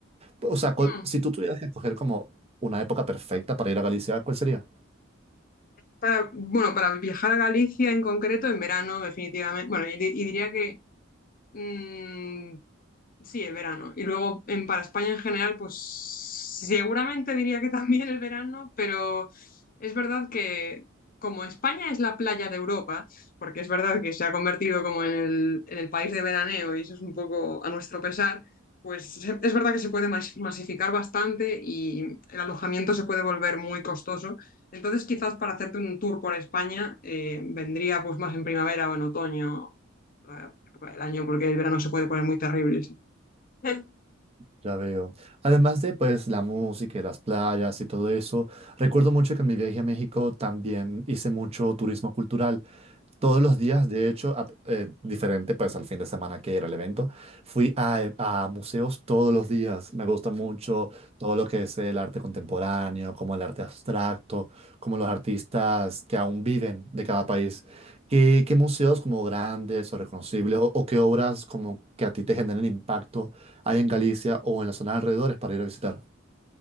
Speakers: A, on the right; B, on the left.
A: O sea, cuál-
B: Mm.
A: si tú tuvieras que escoger como una época perfecta para ir a Galicia, ¿cuál sería?
B: Para, bueno, para viajar a Galicia en concreto, en verano, definitivamente. Bueno, y, di- y diría que mm, Sí, el verano. Y luego en, para España en general, pues seguramente diría que también el verano, pero es verdad que como España es la playa de Europa, porque es verdad que se ha convertido como en el, en el país de veraneo y eso es un poco a nuestro pesar, pues se- es verdad que se puede mas- masificar bastante y el alojamiento se puede volver muy costoso. Entonces quizás para hacerte un tour por España eh, vendría pues más en primavera o en otoño, eh, el año, porque el verano se puede poner muy terrible. sí. Ujú.
A: Ya veo. Además de pues la música y las playas y todo eso, recuerdo mucho que en mi viaje a México también hice mucho turismo cultural. Todos los días, de hecho, ap- eh, diferente pues al fin de semana que era el evento, fui a, e- a museos todos los días. Me gusta mucho todo lo que es el arte contemporáneo, como el arte abstracto, como los artistas que aún viven de cada país. ¿Qué, qué museos como grandes o reconocibles o, o qué obras como que a ti te generen impacto hay en Galicia o en las zonas alrededores para ir a visitar?